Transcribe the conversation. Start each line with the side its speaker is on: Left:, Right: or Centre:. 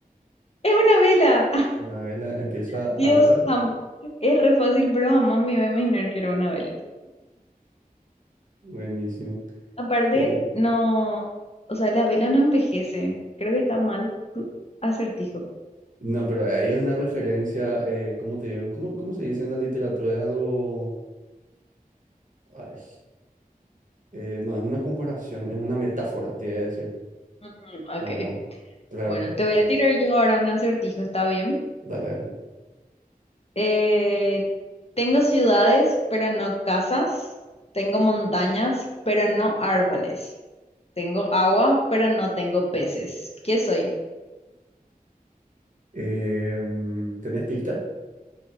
Left: Es una vela. <laughs>
Right: Una vela empieza alta.
Left: Dios, jam- es re fácil, pero jamás me iba a imaginar que era una vela.
Right: Buenísimo.
Left: Aparte,
Right: Eh,
Left: no, o sea, la vela no envejece. Creo que está mal tu acertijo.
Right: no, pero ahí es una referencia, eh, ¿cómo te digo? ¿Cómo, cómo se dice en la literatura? Es algo... ay, eh, no, es una comparación, es una metáfora, te iba a decir.
Left: Mm,
Right: Ah,
Left: Ok,
Right: claro,
Left: bueno, Te voy a tirar yo ahora un acertijo, ¿está bien?
Right: dale, dale.
Left: Eh, tengo ciudades, pero no casas. Tengo montañas, pero no árboles. Tengo agua, pero no tengo peces. ¿Qué soy?
Right: Eh, mm, ¿tenés pista?